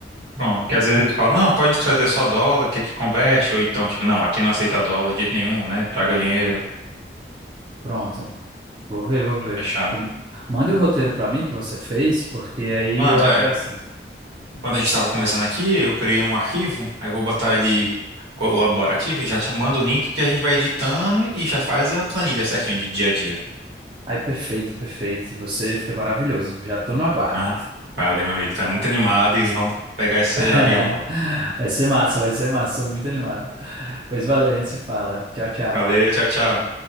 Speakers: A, on the right; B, on the right.
A: Pronto, porque às vezes eles falam, não, pode trazer só dólar, que aqui converte, ou então, tipo, não, aqui não aceita dólar de jeito nenhum, né, traga dinheiro.
B: Pronto. Vou ver, vou ver.
A: Fechado.
B: O- Manda o roteiro para mim que você fez, porque aí
A: Manda,
B: eu acrescento.
A: é, Quando a gente estava conversando aqui, eu criei um arquivo, aí eu vou botar ele colaborativo e já te mando o link que a gente vai editando e já faz a planilha certinho de dia a dia.
B: Aí, perfeito, perfeito. Você foi maravilhoso. Já tô no aguardo.
A: Ah, valeu, meu amigo. Tá muito animado e vão pegar esse
B: <laughs>
A: avião logo.
B: Vai ser massa, vai ser massa. Sou muito animado. Pois valeu, a gente se fala. Tchau, tchau.
A: Valeu, tchau, tchau.